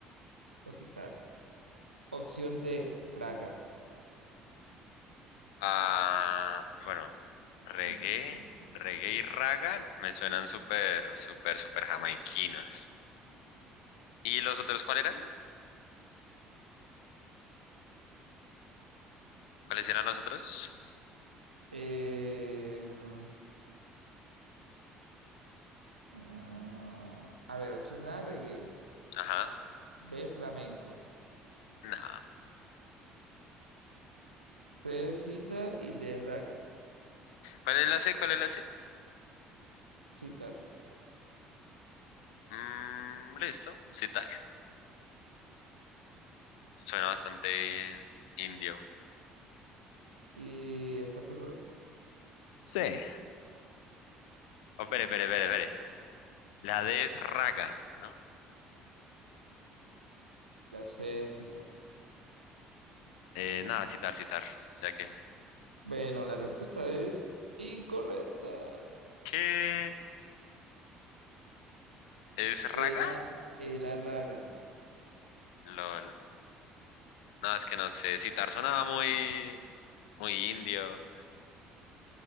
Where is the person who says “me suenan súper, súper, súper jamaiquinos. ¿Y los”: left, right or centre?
Left